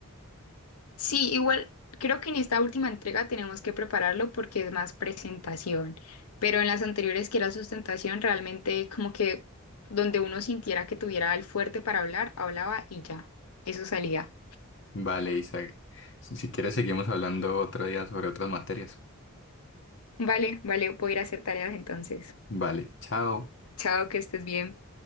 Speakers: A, on the left; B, on the left.
A: sí, igual creo que en esta última entrega tenemos que prepararlo porque es más presentación, pero en las anteriores que era sustentación, realmente como que donde uno sintiera que tuviera el fuerte para hablar, hablaba y ya, eso salía.
B: Vale, Isaac. Si si quieres, seguimos hablando otro día sobre otras materias.
A: Vale, vale, voy a ir a hacer tareas entonces.
B: Vale, chao.
A: Chao, que estés bien.